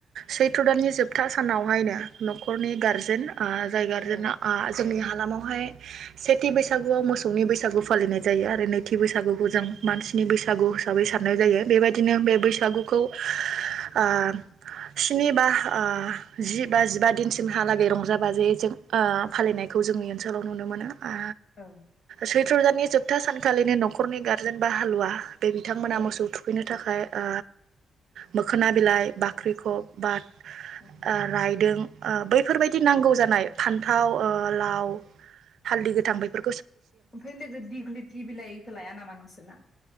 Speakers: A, on the right; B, on the left.
A: सैथ्र' दाननि जोबथा सानावहायनो न'खरनि गारजेन ओ जायगा आरो
B: औ
A: जोंना ओ जोंनि लामावहाय सेथि बैसागुआव मोसौनि बैसागु फालिनाय जायो आरो नैथि बैसागुखौ जों मानसिनि बैसागु हिसाबै साननाय जायो बेबायदिनो बे बैसागुखौ आ स्नि बा ओ जि बा जिबा दिनसिमहालागै रंजा बाजायै जों आ फालिनायखौ जोंनि ओनसोलाव नुनो मोनो आ
B: औ
A: सैथ्र दाननि जोब था सानखालिनि नखरनि गार जेनबा हालुवा बे बिथांमोना
B: औ
A: मोसौ थुखैनो थाखाय ओ मोखोना बिलाइ बाख्रिखब बा ओ
B: औ
A: रायदों आ बैब फोरबायदि नांगौ
B: औ
A: जानाय
B: औ
A: फान्थाव ओ लाव हालदि गोथां बैफो
B: ओमफाय लोगो दिग्लिथि बिलाइखो लाया नामा नोंसो ना